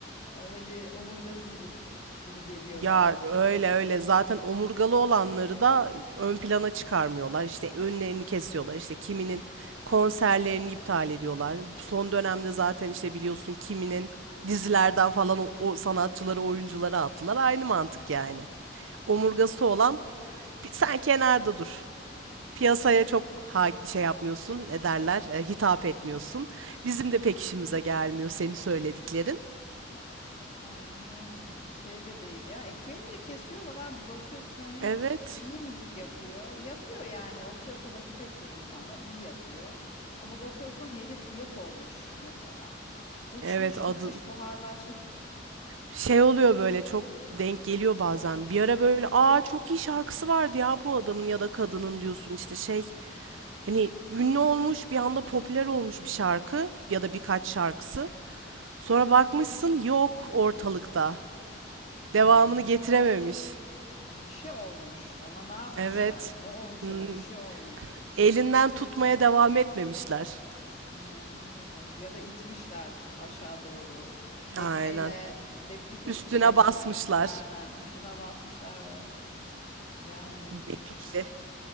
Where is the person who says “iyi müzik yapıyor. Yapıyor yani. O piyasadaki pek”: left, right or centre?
Left